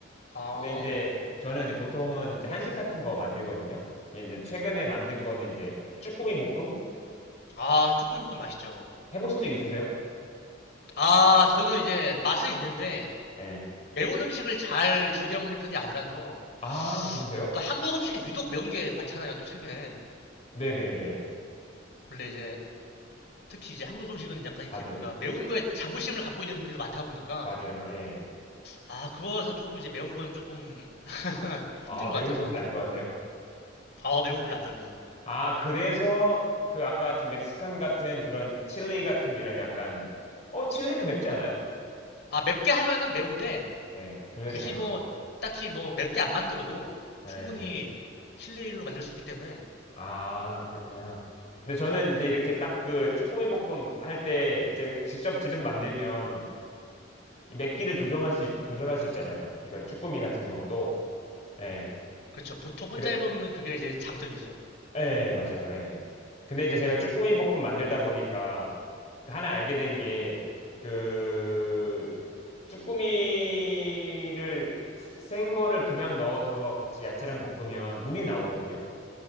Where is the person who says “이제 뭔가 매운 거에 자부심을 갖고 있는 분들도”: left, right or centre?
Left